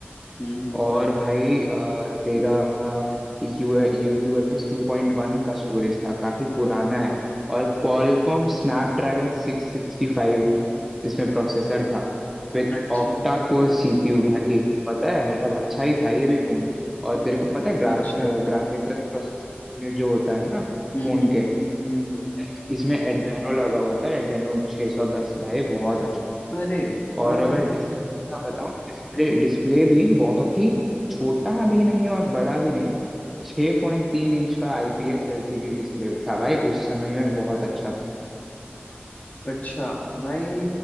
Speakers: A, on the left; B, in the centre.
A: हम्म हम्म
B: और भाई अ, तेरा U U F S two point one का स्टोरेज था काफी पुराना है और Qualcomm Snapdragon six sixty five इसमें प्रोसेसर था विथ
A: अच्छा
B: ऑक्टा कोर सीपीयू भाई पता है मतलब अच्छा ही था ये भी फोन और तेरे को पता है ग्राफ
A: अच्छा
B: ग्राफिकल प्रोसेसर यूनिट जो होता है ना
A: हम्म
B: फोन
A: हम्म
B: के
A: हम्म
B: उसमें इसमें एड्रेनो लगा हुआ था एड्रेनो 610 भाई बहुत अच्छा था
A: हम्म। अरे
B: और
A: अरे
B: अगर
A: भाई
B: डिस्प्ले का बताऊं डिस्प्ले डिस्प्ले भी बहुत ही छोटा भी नहीं और बड़ा भी नहीं 6.3 इंच का आईपीएस एलसीडी डिस्प्ले था भाई उस समय में बहुत अच्छा था
A: अच्छा भाई